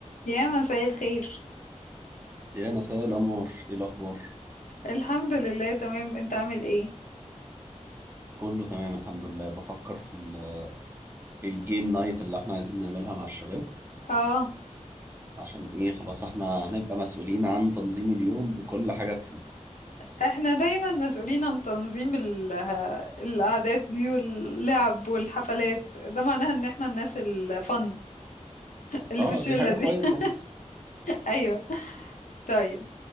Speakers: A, on the left (about 85°); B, on the right (about 20°).
A: يا مساء الخير
B: يا مساء الأنوار إيه الأخبار؟
A: الحمد لله تمام انت عامل ايه
B: كله تمام الحمد لله بفكر في ال- الجيم نايت اللي احنا عايزين نعملها مع الشباب
A: اه
B: عشان إيه خلاص احنا هنبقى مسؤولين عن تنظيم اليوم بكل حاجة فيه
A: احنا دايما مسؤولين عن تنظيم ال- <laughs> ها- الاعداد دي واللعب والحفلات ده معناها ان احنا الناس الفن اللي
B: اه
A: في الشلة
B: دي حاجة
A: دي
B: كويسة
A: <laughs> ايوه طيب